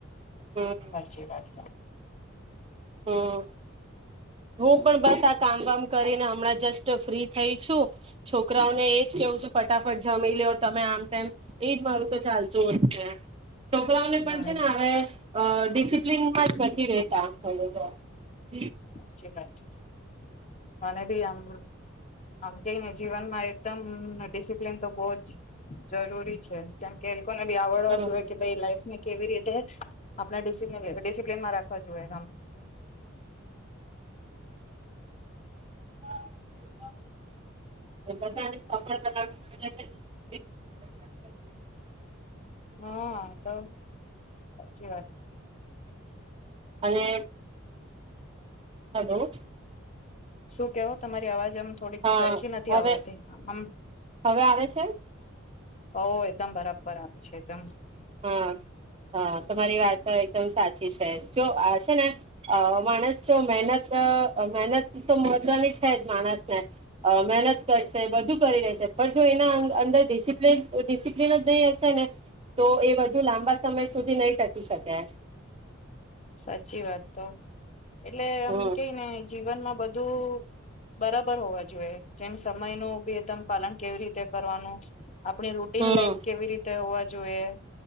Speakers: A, on the right; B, on the left.
A: હમ
B: સાચી વાત છે.
A: હમ. હું પણ બસ આ કામ વાામ કરીને હમણાં જસ્ટ ફ્રી થઈ છું છોકરાઓને એજ કેવું છે ફટાફટ જમી લે તમે આમ તેમ એજ મારું તો ચાલતું હો જ છે. છોકરાઓને પણ
B: હા
A: છે ને હવે અ ડિસિપ્લિનમાં જ નથી રહેતા. હ હ.
B: સાચી વાત. મને ભી આમ આમ કેને જીવનમાં એકદમ ડિસિપ્લીન તો બહ જ જરૂરી છે કેમકે ને બી આવડવા
A: તો
B: જોઈએ કે ભઈ લાઈફ કેવી રીતે આપણે ડિસિપ્લીનમાં રાખવા જોએ એમ.
A: <unintelligible>
B: હા તો સાચી વાત.
A: અને હલો.
B: શું કેવો તમારી અવાજ જેમ થોડીક
A: હા
B: સરખી નથી
A: હવે
B: આવડતી આમ
A: હવે આવે છે
B: ઓ એકદમ બરાબર આવે છે એકદમ
A: હા હ તમારી વાત એકદમ સાચી છે જો હ છે ને માણસ જો મહેનત મહેનત તો મહત્વની છે જ માણસને મહેનત કરશે બધું કરી લેશે પણ જો એના અંદર ડિસિપ્ન ડિસિપ્લિન જ નહીં હશે ને તો એ વધુ લાંબા સમય સુધી નહી ટકી શકે.
B: સાચી વાત તો એટલે
A: હમ
B: એમ કેઈ ને જીવનમાં બધું બું બરાબર હોવા જોઈએ જેમ સમય નો બીદમ પાલન કેવી રીતે કરવાનું આપણી રૂટીન
A: હમ
B: લાઈફ કેવી રીતે હો જોઈએ.